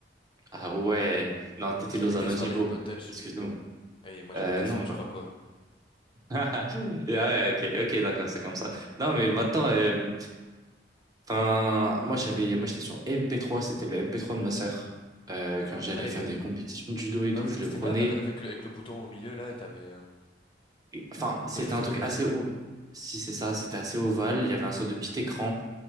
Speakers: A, on the right (about 20°); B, on the left (about 30°).
A: Ah ouais. Non, t'étais
B: Je
A: dans
B: les mettais
A: un autre
B: sur
A: niveau.
B: l'iPod Touch.
A: Excuse-nous.
B: Et moi
A: Euh,
B: j'avais des
A: non,
B: sous,
A: bah...
B: je crois quoi.
A: <laughs> Ah ouais, ok, ok, d'accord, c'est comme ça. Non, mais maintenant, euh, enfin, moi j'avais, moi j'étais sur MP3, c'était le MP3 de ma sœur. Euh, quand j'allais
B: Avec
A: faire
B: euh,
A: des compétitions de judo et tout,
B: non, c'était
A: je le
B: c'était
A: prenais.
B: pas avec avec le, avec le bouton au milieu là et t'avais euh, tu
A: Et- Enfin, c'était
B: pouvais choisir
A: un truc
B: les musiques
A: assez, ov-
B: là.
A: si c'est ça, c'était assez ovale. Il y avait un sorte de petit écran